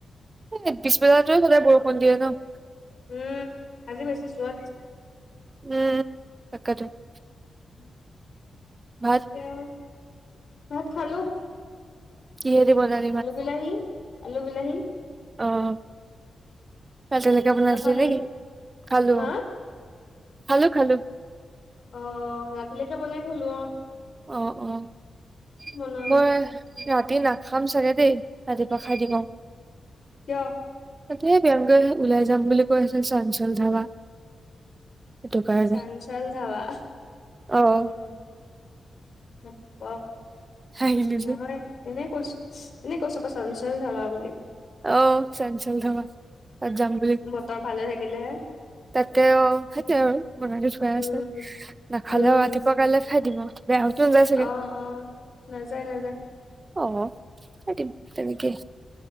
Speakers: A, on the right; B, on the left.
A: এই পিছবেলাটোৱে সদায় বৰষুণ দিয়ে ন। <inaudible>
B: উম! আজি বেছি জোৰত দিছে।
A: উম-উম তাকেটো <inaudible>
B: উম <inaudible>
A: ভাত <inaudible>
B: এতিয়া <unintelligible> ভাত খালোঁ।
A: কিহেদি বনালি <inaudible>
B: আলু-বিলাহী, আলু-বিলাহী <inaudible>
A: অ <inaudible> ৰাতিলৈকে বনাইছিলি
B: তই খালি
A: নেকি? খালোঁ।
B: হা
A: খালো-খালো।
B: অ-অ ৰাতিলৈকে বনাই থলো অঁ। <inaudible>
A: অ-অ <inaudible>
B: বনাম
A: মই ৰাতি নাখাম চাগে দেই, ৰাতিপুৱা খাই দিম আৰু। <inaudible>
B: কিয়?
A: তাতে <unintelligible> মোক ওলাই যাম বুলি কৈ আছে চাঞ্চল ধাৱা। সেইটো কাৰণে
B: চাঞ্চল ধাবা
A: <inaudible> অ-অ
B: উম নহব <inaudible>
A: হাঁহিলি
B: নহয়।
A: যে
B: এনেই কৈছো <inaudible> এনেই কৈছো ক‌ চঞ্চল ধাবা বুলি।
A: অ চঞ্চল ধাৱা তাত যাম <unintelligible>
B: বতৰ ভালে থাকিলে হে <inaudible>
A: তাকে অ, সেইটোৱেই আৰু বনাইটো থোৱাই
B: উম
A: আছে। <inaudible> নাখালেও
B: উম
A: ৰাতিপুৱা কাইলে খাই দিম আৰু <inaudible> বেয়া হৈ টো নাযায় চাগে
B: অ', অ', নাযায় নাযায়
A: <inaudible> অ <unintelligible> তেনেকেই।